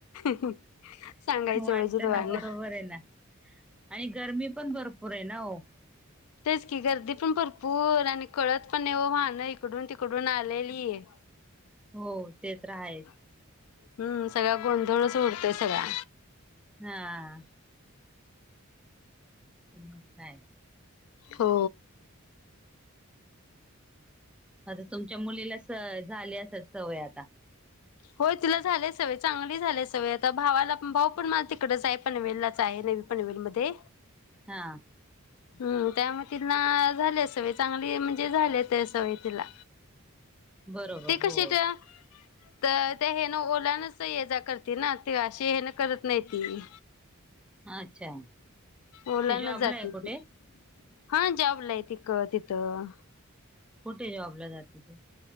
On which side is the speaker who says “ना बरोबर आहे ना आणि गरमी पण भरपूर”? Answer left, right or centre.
Centre